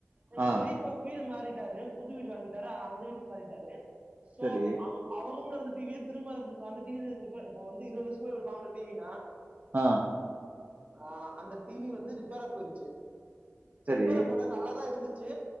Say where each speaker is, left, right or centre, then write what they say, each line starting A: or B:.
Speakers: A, on the right; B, on the right.
A: எங்க
B: ஆ.
A: பெரிய இப்ப வீடு மாறிட்டாரு புது வீடு வாங்கிட்டாரு அந்த வீட்டுக்கு மாறிட்டாரு சோ
B: சரி.
A: அவங்க அவர் ரூம்ல இருந்த டிவியே திரும்ப அந்த டிவி இப்ப வந்து இருவது வருஷமா வாங்கள டிவினா
B: ஆ
A: ஆ அந்த டிவி வந்து ரிப்பேரா போயிருச்சு
B: சரி.
A: ரிப்பேரா போல நல்லாதான் இருந்துச்சு